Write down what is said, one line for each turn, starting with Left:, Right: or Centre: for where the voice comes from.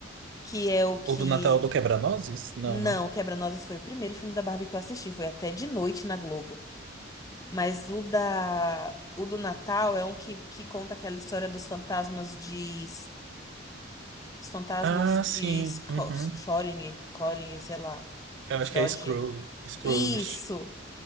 Left: que é o que
Right: O do Natal do Quebra-Nozes? Não,
Left: Não,
Right: né?
Left: Quebra-Nozes foi o primeiro filme da Barbie que eu assisti, foi até de noite na Globo. Mas o da o do Natal é um que, que conta aquela história dos fantasmas de os fantasmas
Right: Ah,
Left: de
Right: sim.
Left: Sco-
Right: Uhum.
Left: Schrödinger, Schrödinger, sei lá,
Right: Eu
Left: Schrödinger.
Right: acho que é Scroo- Scrooge.
Left: Isso,